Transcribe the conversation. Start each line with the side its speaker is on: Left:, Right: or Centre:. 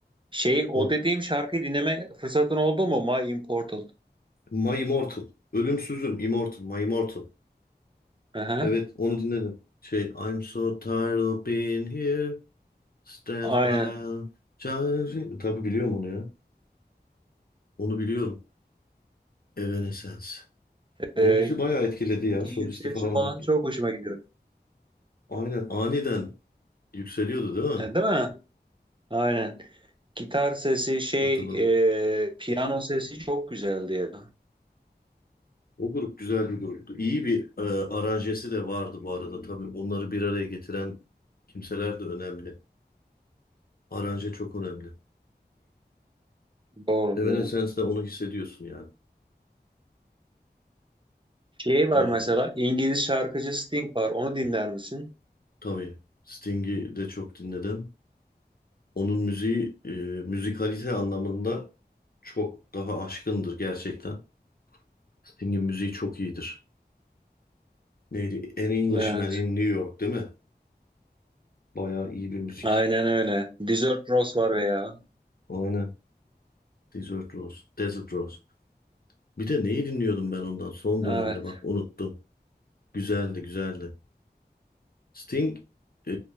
Right: Şey o
Left: O
Right: dediğim şarkıyı dinleme fırsatın oldu mu? My Immortal.
Left: My Immortal. Ölümsüzüm. Immortal. My Immortal.
Right: Hı hı.
Left: Evet onu dinledim. Şey I'm so tired of being here. Stands
Right: Aynen.
Left: by. Tabii biliyorum onu ya. Onu biliyorum. Evanescence. O
Right: Ee,
Left: bizi bayağı etkiledi ya.
Right: yükselişi
Left: Solisti falan
Right: falan
Left: da.
Right: çok hoşuma gidiyor.
Left: Aynen aniden yükseliyordu değil
Right: Yani
Left: mi?
Right: değil mi? Aynen. Gitar sesi şey
Left: Hatırladım.
Right: e, piyano sesi çok güzeldi ya.
Left: O grup güzel bir gruptu. İyi bir e, aranjesi de vardı bu arada tabii. Onları bir araya getiren kimseler de önemli. Aranje çok önemli.
Right: Doğru
Left: Evanescence'de
Right: doğru.
Left: onu hissediyorsun yani.
Right: Şey
Left: E,
Right: var mesela İngiliz şarkıcı Sting var. Onu dinler misin?
Left: tabii Sting'i de çok dinledim. Onun müziği e, müzikalite anlamında çok daha aşkındır gerçekten. Sting'in müziği çok iyidir. Neydi? An Englishman
Right: Evet.
Left: in New York değil mi? Bayağı iyi bir müzik.
Right: Aynen öyle. Desert Rose var veya.
Left: Aynen. Desert Rose. Desert Rose. Bir de neyi dinliyordum ben ondan son
Right: Evet.
Left: dönemde bak unuttum. Güzeldi güzeldi. Sting e,